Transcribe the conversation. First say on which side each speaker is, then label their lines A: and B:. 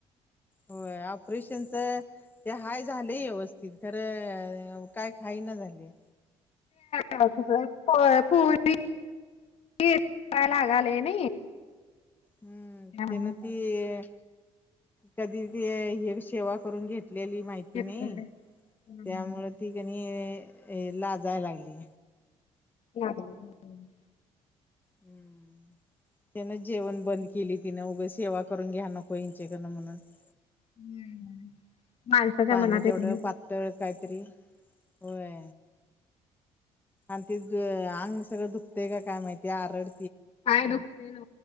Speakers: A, on the left (about 15°); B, on the left (about 55°).
A: होय ऑपरेशनचा ते हाय झालय व्यवस्थित खरं काय खाईना झालीये.
B: त्या तो पोरी <unintelligible> ती रयलागाले नाही <unintelligible>
A: हम्म
B: त्यामुळं
A: त्यांना ती <unintelligible> ते कधी ते हे सेवा करून घेतलेली माहिती
B: घेतलेले
A: नाही.
B: हम्म
A: त्यामुळे
B: <unintelligible>
A: ती कनी हे लाजायला लागली.
B: नाही. हो <unintelligible>
A: हम्म त्याने जेवण बंद केली तिने उगाच सेवा करून घ्या ना कोईंच चेक करना मना <unintelligible>
B: हम्म. माणसाच्या
A: पाणी
B: मनात येतंय
A: तेवढे
B: नाही
A: पातळ काहीतरी होय. आणि तेच अंग सगळं दुखतेय काय माहितीय आरड
B: काय दुखते ना